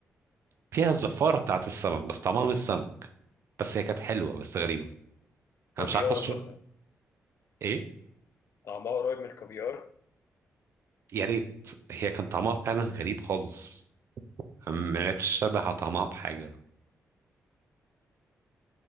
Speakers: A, on the right; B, on the left.
A: فيها الزفارة بتاعت السمك بس طعمها مش سمك بس هي كانت حلوة بس غريبة
B: كافيار
A: أنا مش عارف أشرب
B: مثلا
A: إيه
B: طعمها قريب من الكافيار
A: يا ريت هي كان طعمها فعلا غريب خالص ما لقتش شبه طعمها بحاجة